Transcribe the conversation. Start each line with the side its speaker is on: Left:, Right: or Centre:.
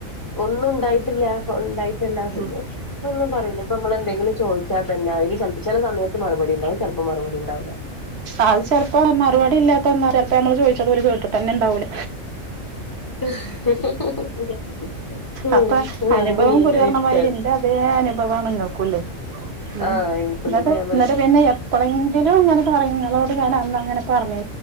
Left: ഒന്ന മുണ്ടായിട്ടില്ല ണ്ടായിട്ടല്ല ട്ടൊന്നും
Right: ഉം
Left: പറയൂല നമ്മള എന്തെങ്കിലും ചോയ്ച്ചാ <unintelligible> ചില സമയത്ത് മറുപടി ഉണ്ടാവും ചിലപ്പോ മറുപടി ഉണ്ടാവൂല
Right: അത് ചെലപ്പോ മറുപടി ഇല്ലാത്തന്താ ചെലപ്പോ നമ്മള് ചോയ്ച്ചത് ഓൽ കേട്ടിട്ടന്നെ ഇണ്ടാവൂല
Left: <inaudible> ഉം
Right: അപ്പൊ
Left: ആ,
Right: അനുഭവം
Left: നല്ല
Right: ഗുരു പറഞ്ഞാതിരി
Left: വിറ്റാണ്
Right: ഇന്റെ അതേ അനുഭവാണല്ലോ കുല്ല് മ്
Left: ആഹ് എനിക്കൊന്നിട്ട്
Right: എന്നിട്ട്
Left: ഞാൻ പറയും
Right: എന്നിട്ട് പിന്നെ എപ്പോളെങ്കിലും അങ്ങനെ പറയുന്ന ോെ പറഞ്ഞ